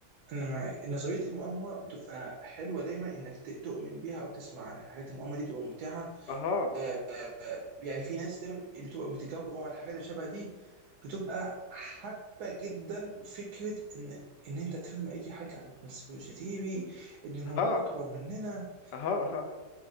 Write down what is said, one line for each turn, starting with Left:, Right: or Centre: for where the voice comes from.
Right: انا مع نظريه المؤامره بتبقى حلوه دايما انك ت- تؤمن بيها او تسمع عنها حاجات المؤامره دي بتبقى ممتعه
Left: اها
Right: آه، آه، يعني في ناس دايما اللي بتبقى بتجرب على الحاجات اللي شبه دي بتبقى حابه جدا فكره ان ان انت تفهم اي حاجه عن الكونسبيرسي ثيري ان الموضوع
Left: اها
Right: اكبر مننا
Left: اها اها